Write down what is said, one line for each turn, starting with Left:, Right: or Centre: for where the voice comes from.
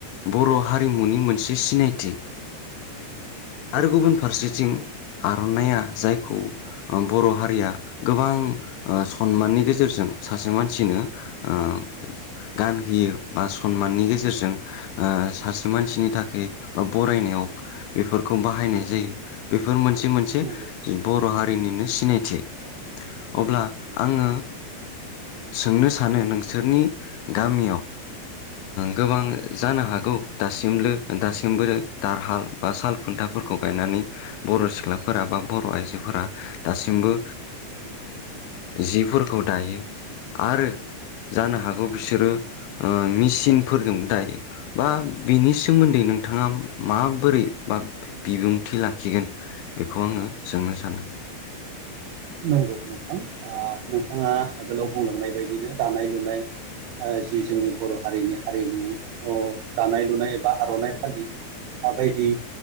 Left: बर' हारिमुनि मोनसे सिनायथि आरो
Right: औ
Left: गुबुन फारसे जों आर'नाइआ जायखौ बर' हारिया गोबां सनमाननि गेजेरजों सासे मानसिनो ओ गान होयो बा सनमाननि गेजेरजों सासे मानसिनि थाखाय बा बरायनायाव बेफोरखौ बाहायनाय जायो बेफोर मोनसे मोनसे
Right: नंगौ नंगौ औ नंगौ
Left: बर' हारिनिनो। सिनायथि अब्ला
Right: नंगौ
Left: आङो सोंनो सानो नोंसोरनि गामियाव। गोबां। जानो हागौ दासिम दासिमबो टाट हाल बा साल खुन्थाफोरखौ गायनानै। बर' सिख्लाफोरा बा बर' आइजोफोरा दासिमबो
Right: औ
Left: जिफोर खौ दायो आरो। जानो हागौ बिसोरो मेचिनफोरजोंबो दायो। बा बिनि सोमोन्दै
Right: नंगौ
Left: नोंथाङा मा बोरै बा बिबुंथि लाखिगोन बेखौ आङो सोंनो सानो।
Right: नंगौ नोंथां नोंथाङा आगोलाव बुंलांनाय बायदिनो दानाय लुनाय। जि जोंनि बर' हारिनि हारिमु दानाय लुनाय एबा आर'नाइ फालि बायदि